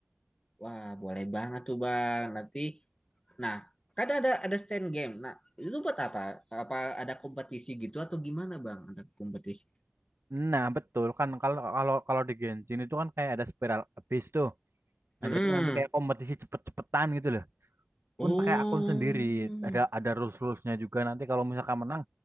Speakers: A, on the left; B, on the right.
A: Wah, boleh banget tuh bang. Nanti, nah, kan ada ada stand game. Nah, itu buat apa? Apa ada kompetisi gitu atau gimana bang? Ada kompetisi?
B: Nah, betul kan kalau kalau kalau di Genshin itu kan kayak ada spiral abyss tuh. Nah,
A: Hmm,
B: jadi nanti kayak kompetisi cepet-cepetan gitu loh.
A: oh.
B: pun pakai akun sendiri ada ada rules rulesnya juga nanti kalau misalkan menang